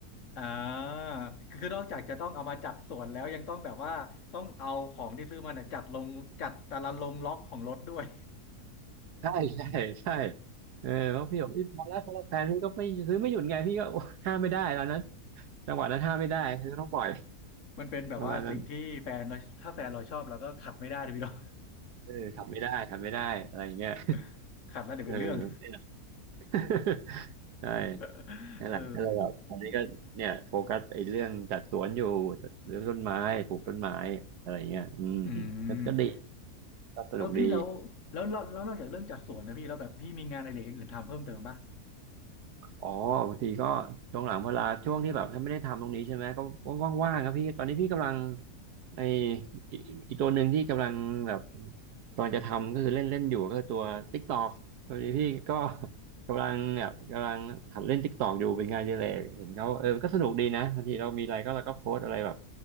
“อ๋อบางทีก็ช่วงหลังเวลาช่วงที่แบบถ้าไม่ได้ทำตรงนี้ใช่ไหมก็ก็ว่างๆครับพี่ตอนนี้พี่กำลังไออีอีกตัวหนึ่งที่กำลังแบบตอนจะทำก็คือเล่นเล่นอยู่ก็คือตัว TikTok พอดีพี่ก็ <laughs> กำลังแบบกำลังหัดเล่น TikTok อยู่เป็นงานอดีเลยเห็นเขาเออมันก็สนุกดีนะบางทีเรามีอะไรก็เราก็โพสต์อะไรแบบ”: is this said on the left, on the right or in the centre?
Right